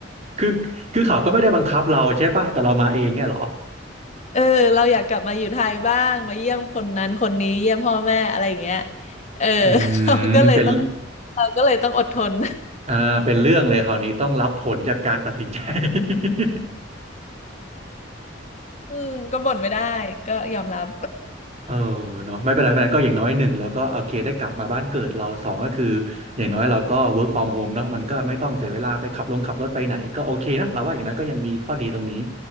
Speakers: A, on the right; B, on the left.
A: คือคือเขาก็ไม่ได้บังคับเราใช่ป่ะแต่เรามาเองเนี่ยเหรอ
B: เออเราอยากกลับมาอยู่ไทยบ้างมาเยี่ยมคนนั้นคนนี้เยี่ยมพ่อแม่อะไรอย่างเงี้ยเออ
A: อื
B: <laughs> เราก็เลยต้อง
A: มเป็น
B: เราก็เลยต้องอดทน
A: อ่าเป็นเรื่องเลยคราวนี้ต้องรับผลจากการตัดสินใจ <laughs>
B: <laughs> อืมก็บ่นไม่ได้ก็ยอมรับ
A: เออเนาะไม่เป็นไรไม่เป็นไรก็อย่างน้อยหนึ่งแล้วก็โอเคได้กลับมาบ้านเกิดเราสองก็คืออย่างน้อยเราก็ work from home เนาะมันก็ไม่ต้องเสียเวลาไปขับลงขับรถไปไหนก็โอเคนะเราว่าอย่างน้อยก็ยังมีข้อดีตรงนี้